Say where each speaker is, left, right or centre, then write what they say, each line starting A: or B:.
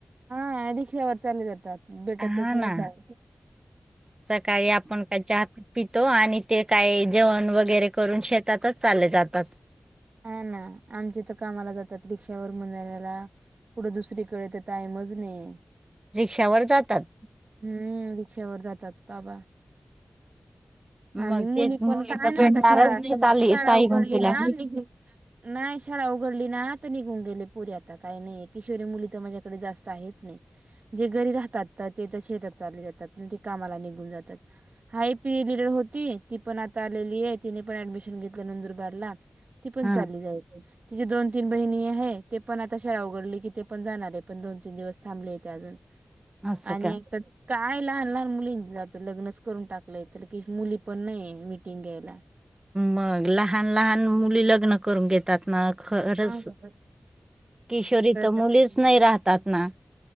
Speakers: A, on the right; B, on the right.
A: हा, रिक्षावर चालले जातात. भेटतच
B: हा,
A: नाही
B: ना.
A: तर.
B: सकाळी आपण काय? चहा पित पितो आणि ते काय जेवण वगैरे करून, शेतातच चालले जातात.
A: हा, ना. आमची तर कामाला जातात. रिक्षावर <unintelligible> कुठं, दुसरीकडे तर टायमच नाहीये.
B: रिक्षावर जातात.
A: हम्म. रिक्षावर जातात, बाबा.
B: मग
A: आणि मुली
B: ते
A: पण काय
B: तर
A: ना
B: भेटणारच
A: आता शाळात.
B: नाही आली
A: शाळा
B: ताई
A: उघडली
B: म्हण तुला
A: ना. नि नायी शाळा उघडली ना, त निघून गेले पोरी आता, काही नाहीय. किशोरी मुली तर, माझ्याकडे जास्त आहेच नाही. जे घरी राहतात. तर ते तर शेतात चालले जातात. न ते कामाला निघून जातात. हाय पी ए लिडर होती. ती पण आता आलेलीए. तिने पण ऍडमिशन घेतलं, नंदुरबारला. ती पण
B: हा
A: चाली जाइल. तिजी दोन तीन बहिणी हे, ते पण आता शाळा उघडली की ते पण जाणारे, पण दोन तीन दिवस थांबलेे ते अजून <inaudible>
B: असं
A: आणि
B: का
A: आता काय लहान-लहान मुलींना त लग्नच करून टाकलंय <unintelligible> मुली पण नईए मिटिंग घ्यायला
B: मग लहान-लहान मुली लग्न करून घेत तात ना, खरंच
A: आमच्याकडे
B: किशोरी त
A: तर काही
B: मुलीच
A: नाही.
B: नही राहतात ना.